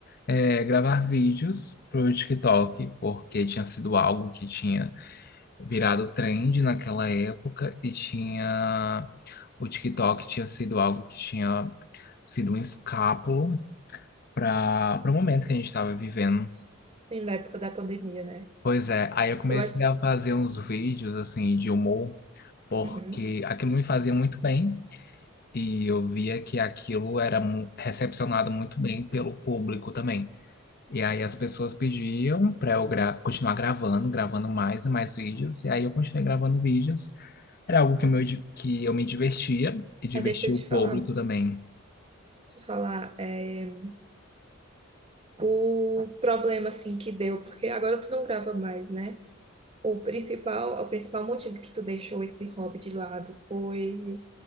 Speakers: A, on the left (about 50°); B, on the right (about 30°).
A: eh, gravar vídeos para o TikTok, porque tinha sido algo que tinha virado trend naquela época, e tinha o TikTok tinha sido algo que tinha sido um escápulo para para o momento que a gente estava vivendo.
B: Sim, na época da pandemia, né?
A: Pois é, aí eu comecei
B: Eu acho.
A: a fazer uns vídeos assim de humor, porque
B: Uhum.
A: aquilo me fazia muito bem. E eu via que aquilo era mu- recepcionado muito bem pelo público também. E aí as pessoas pediam para eu gra- continuar gravando, gravando mais e mais vídeos, e aí eu continuei gravando vídeos. Era algo que, meu, di- que eu me divertia e divertia
B: Ah, deixa eu te
A: o público
B: falar,
A: também.
B: te falar é, o problema assim que deu, porque agora tu não grava mais, né? O principal, o principal motivo que tu deixou esse hobby de lado foi